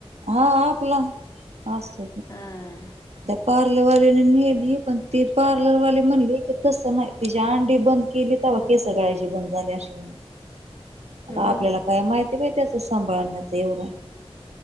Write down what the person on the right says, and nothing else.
हा आपला असत
पर. ल वाल्याने नेली पण ती पार्लर वाले म्हणली की तसं नाही तची अंडी बंद केली तर. सकाळ्या ज बंद झालीशी म्हण.
आता
आपल्याला काय माहिती माहि त्याच सांभाळण्याच एवढं.